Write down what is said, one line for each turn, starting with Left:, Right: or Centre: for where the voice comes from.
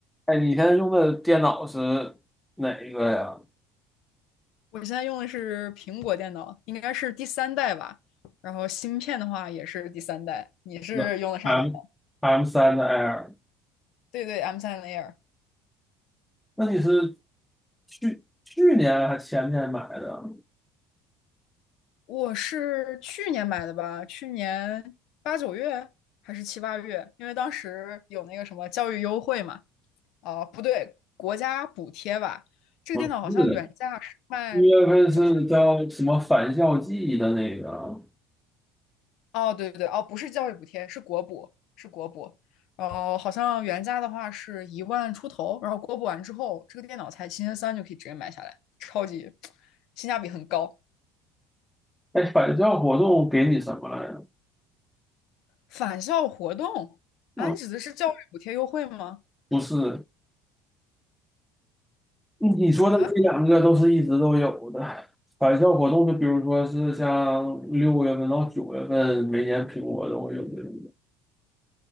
Centre: 哎，你现在用的电脑是哪一个呀？
Left: 我现在用的是苹果电脑，应该是第三代吧。然后芯片的话也是第三代。你是用的啥电脑？
Centre: 那 M M 三的 Air，
Left: 对对，M3 Air。
Centre: 那你是去去年还前年买的？
Left: 我是去年买的吧，去年八九月还是七八月，因为当时有那个什么教育优惠嘛，啊、不对，国家补贴吧。这个电脑好像原价是卖九千
Centre: 我是，月份是叫什么返校季的那个？
Left: 哦，对对对，哦，不是教育补贴，是国补，是国补。然后好像原价的话是一万出头，然后国补完之后，这个电脑才七千三就可以直接买下来，超级性价比很高。
Centre: 哎，返校活动给你什么来着？
Left: 返校活动啊，
Centre: 嗯，
Left: 你指的是教育补贴优惠吗？
Centre: 不是，你说的这两个都是一直都有的。
Left: 啊，
Centre: 返校活动就比如说是像六月份到九月份，每年苹果都会有这种。